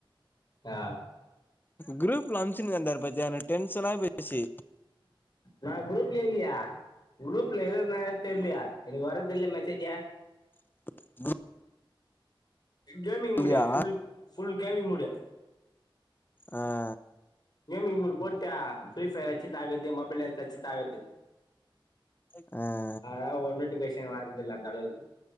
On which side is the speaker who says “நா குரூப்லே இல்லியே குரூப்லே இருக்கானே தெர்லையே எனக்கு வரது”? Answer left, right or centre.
Left